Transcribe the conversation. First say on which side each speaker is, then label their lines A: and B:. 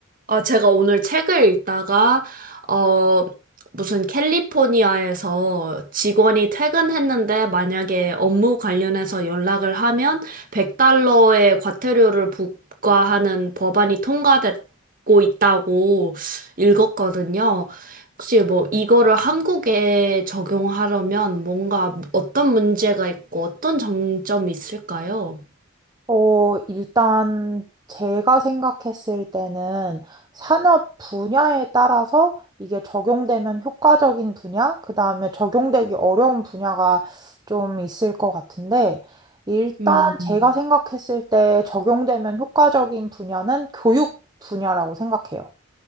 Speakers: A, on the right; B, on the right.
A: 아, 제가 오늘 책을 읽다가, 어, 무슨 캘리포니아에서 직원이 퇴근했는데 만약에 업무 관련해서 연락을 하면 100달러의 과태료를 부과하는 법안이 통과됐고 있다고 읽었거든요. 혹시 뭐 이거를 한국에 적용하려면 뭔가 어떤 문제가 있고 어떤 장점이 있을까요?
B: 어, 일단 제가 생각했을 때는 산업 분야에 따라서 이게 적용되면 효과적인 분야, 그다음에 적용되기 어려운 분야가 좀 있을 것 같은데, 일단
A: 음,
B: 제가 생각했을 때 적용되면 효과적인 분야는 교육 분야라고 생각해요.